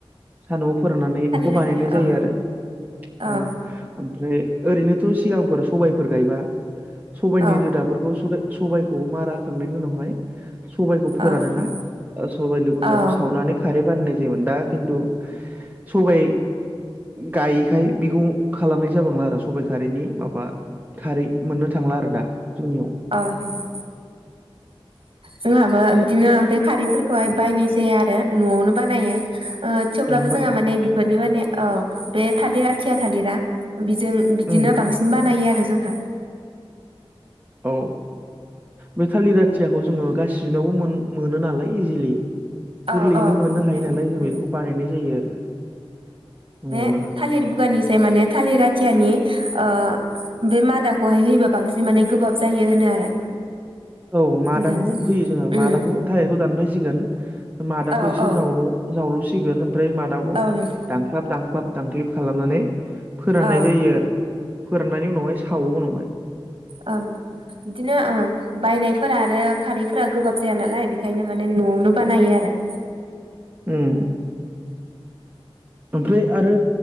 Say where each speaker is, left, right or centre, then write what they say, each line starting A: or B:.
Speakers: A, on the right; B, on the right.
A: सादुंआव फोराननानै
B: थालिर
A: बेखौ बानायनाय
B: आथिया
A: जायो
B: औ
A: आरो अ
B: औ
A: ओमफ्राय ओरैनोथ सिगांफोर सबायफोर गायबा सबायाइनि
B: औ
A: रोदाफोरखौ सबायाइखौ मारा होखांनायनि उनावहाय सबाइखौ फोरानो
B: औ नंगौ
A: ना सबाइनि गुन्द्राखौ
B: औ
A: सावनानै खारै बाननाय जायोमोन दा खिन्थु सबायाइ गायैखाय बेखौ खालामनाय जाबांला आरो सबायाइ खारैनि माबा खारै मोननो थांला आरो दा जोंनियाव
B: औ नंगौ जोंहाबो बिदिनो बे खारैफोरखौहाय बायनाय जाया आरो नआवनो बानायो ओ थेवब्लाबो
A: नङा होमबा
B: जोंहा
A: ने
B: माने बेफोरनि माने औ बे थालिरा थिया थालिरा बेजों बिदिनो
A: उम
B: बांसिन बानायो आरो जोंहा।
A: औ बे थालिर आथिया खौ जोङो गासिनावबो मोन मोनो नालाय इजिलि
B: औ
A: गोरलैयैनो
B: औ
A: मोननो
B: बेखायनो
A: हायो नालाय जों
B: उम
A: बेखौ बानायनाय जायो आरो न'आवनो
B: बे थालिर बुगानिसै माने थालिर आथियानि ओ बे मादाखौहाय होयोबा बांसिन माने गोबाब जायो होनो आरो।
A: औ मादाखौ
B: मोजांसिन
A: होयो जोंङा मादाखौ
B: उम
A: थालेरखौ दानफायसिगोन मादाखौ
B: औ
A: एसे
B: औ
A: जावल जावलसिगोन ओमफ्राय मादा
B: औ नंगौ
A: दांख्लाब दांख्लाब दांखलिब खालामनानै फोराननाय
B: औ
A: जायो आरो फोराननानै उनावहाय सावो उनावहाय
B: औ नंगौ बिदिनो ओं बायनायफोरा आरो खारैफोरा गोबाब जाया नालाय बेखायनो माने नआवनो बानायो आरो
A: उम ओमफ्राय आरो